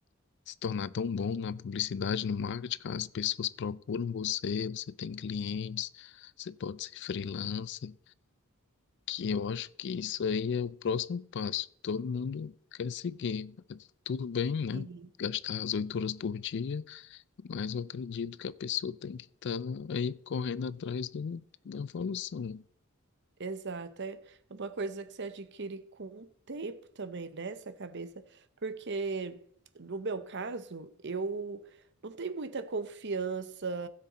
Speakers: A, on the left; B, on the right.
A: se tornar tão bom na publicidade, no marketing, cara, as pessoas procuram você, você tem clientes, você pode ser freelancer, que eu acho que isso aí é o próximo passo. Todo mundo quer seguir. Tudo bem, né?
B: sim.
A: Gastar as oito horas por dia, mas eu acredito que a pessoa tem que estar aí correndo atrás do, da evolução.
B: Exato, é uma coisa que você adquire com o tempo também, né? Essa cabeça, porque no meu caso, eu não tenho muita confiança